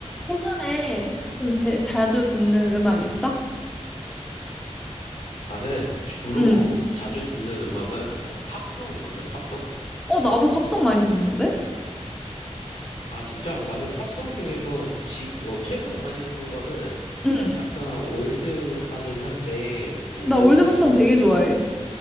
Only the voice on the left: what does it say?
나는 주로
자주 듣는 음악은 약 팝송이거든, 팝송?
아, 진짜 나는 팝송 중에서 지, 어, 최근에 많이 듣는 거는
약간 올드하긴 한데, 그,
<laughs>